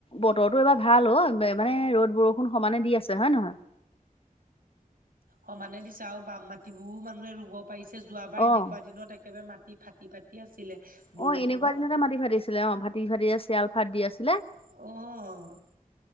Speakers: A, on the left (about 40°); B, on the right (about 80°).
A: বতৰটো এইবাৰ ভাল অ মানে ৰ'দ বৰষুণ সমানে দি আছে হয় নহয়
B: সমানে দিছে আৰু বাম মাটিবোৰো মানুহে ৰুব পাৰিছে যোৱাবাৰ
A: অ',
B: এনেকুৱা দিনত একেবাৰে মাটি ফাটি ফাটি আছিলে বৰষুণত
A: অ এনেকুৱা দিনতে মাটি ফাটিছিলে অ ফাটি ফাটি চিৰাল ফাট দি আছিলে
B: অ